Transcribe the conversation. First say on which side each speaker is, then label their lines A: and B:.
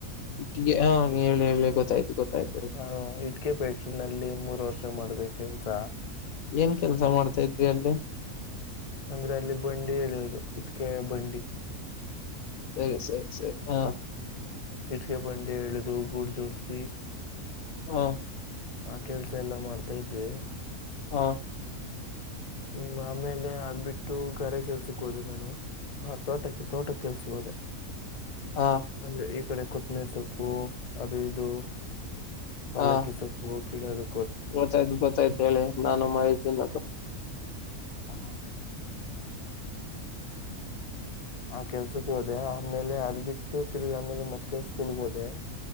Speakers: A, on the left; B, on the left.
A: ಿಗೆ ಹ ಹೇಳಿ ಹೇಳಿ ಗೊತ್ತಾಯ್ತು ಗೊತ್ತಾಯ್ತು ಹೇಳಿ
B: ಹಾ ಇಟ್ಕೆ ್ಯಾಕ್ಟ್ರ ನಲ್ಲಿ ಮೂರ್ ವರ್ಷ ಮಾಡ್ದೆ ಕೆಲ್ಸ
A: ಏನ್ ಕೆಲ್ಸ ಮಾಡ್ತಾ ಇದ್ರಿ ಅಲ್ಲಿ
B: ಅಂದ್ರೆ ಅಲ್ಲಿ ಬಂಡಿ ಹೇಳಿಯುದು ಇಟ್ಕೆ ಬಂಡಿ
A: ಸರಿ ಸರಿ ಸರಿ ಹ
B: ಇಟ್ಕ ಬಂಡಿ ಎಳದು ಗೂಡ್ ಜೋಡಸಿ
A: ಹಾ
B: ಆಾ ಕೆಲ್ಸ ಎಲ್ಲಾ ಮಾಡ್ತಾ ಇದ್ವಿ
A: ಹ
B: ಹೂ ಆಮೇಲೆ ಅದ್ ಬಿಟ್ಟು ಕರೆ ಕೆಲ್ಸಕ್ ಹೋದೆ ನಾನು ಹಾ ತೋಟಕ್ಕೆ ತೋಟ ಕೆಲ್ಸ ಹೋದೆ
A: ಹಾ
B: ಅಂದ್ರೆ ಈ ಕಡೆ ಕೊತ್ತಂಬಿರಿ ಸೊಪ್ಪು ಅದು ಇದು ಪಲ್ಲಕ್ಕಿ
A: ಹಾ
B: ಸೊಪ್ಪು ಹೋಗ ಕೀಲಾರು
A: ಗೊತ್ತಾಯ್ತು ಗೊತ್ತಾಯ್ತು ಹೇಳಿ ನಾನು ಮಾಹಿತಿೀನ್ನೋದು
B: ಹೂ ಆ ಕೆಲ್ಸಕ್ ಹೋದೆ ಆಮೇಲೆ ಅದ್ ಬಿಟ್ಟು ತಿರ್ಗ ಆಮೇಲೆ ಮತ್ತೆ ಸ್ಕೂಲ್ಗ ಹೋದೆ